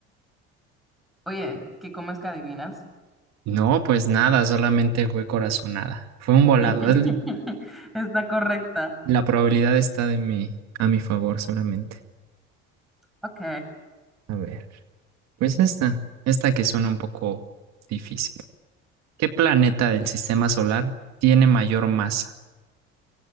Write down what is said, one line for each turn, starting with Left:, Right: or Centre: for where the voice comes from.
Centre: Oye, ¿qué comes que adivinas?
Right: No, pues nada, solamente fue corazonada. Fue un volado.
Centre: <laughs>
Right: Es li-
Centre: Está correcta.
Right: La probabilidad está de mi, a mi favor solamente.
Centre: Ok.
Right: A ver. Pues esta, esta que suena un poco difícil. ¿Qué planeta del sistema solar tiene mayor masa?